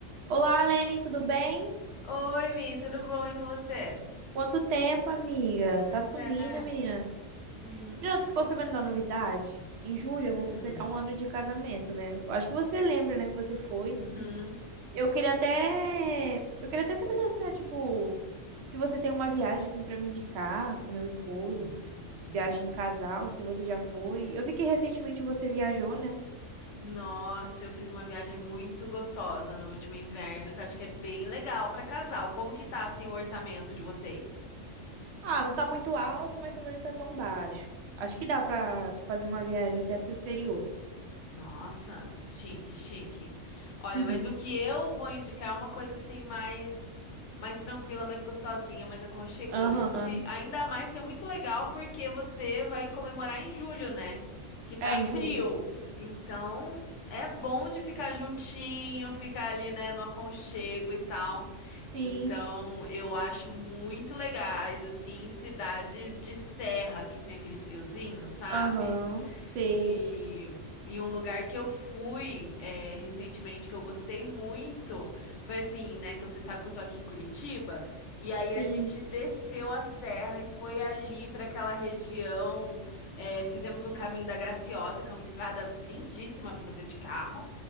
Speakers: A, on the right (about 65°); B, on the left (about 70°).
A: Olá, Lene, tudo bem?
B: Oi, Mi, tudo bom, hein, com você?
A: Quanto tempo, amiga?
B: Pois
A: Tá sumida,
B: é.
A: menina.
B: Uhum.
A: Menina, tu ficou sabendo da novidade? Em julho eu
B: Hum.
A: vou completar um ano de casamento, né? Eu Acho que você lembra, né, que você foi.
B: Uhum.
A: Eu queria até, eu queria até saber assim, né, tipo, se você tem uma viagem assim para me indicar com meu esposo,
B: Hum.
A: viagem em casal, se você já foi. Eu vi que recentemente você viajou, né?
B: Nossa, eu fiz uma viagem muito gostosa no último inverno, que eu acho que é bem legal para casal. Como que tá, assim, o orçamento de vocês?
A: Ah, não tá muito alto, mas também não tá tão baixo. Acho que dá pra fazer uma viagem até pro exterior.
B: Nossa, chique, chique. Olha,
A: Uhum.
B: mas o que eu vou indicar é uma coisa assim mais mais tranquila, mais gostosinha, mais aconchegante.
A: Aham.
B: Ainda mais que é muito legal porque você vai comemorar em julho, né? Que tá
A: É, em
B: frio.
A: julho.
B: Então, é bom de ficar juntinho, ficar ali, né, no aconchego e tal.
A: Sim,
B: Então, eu acho muito legais assim cidades de serra que tem aquele friozinho, sabe?
A: aham, sei,
B: E, e um lugar que eu fui é, recentemente que eu gostei muito foi assim, né? Que você sabe que eu tô aqui em Curitiba. E aí
A: sim,
B: a gente desceu a serra e foi ali para aquela região. é, fizemos o caminho da Graciosa, que é uma estrada lindíssima para fazer de carro.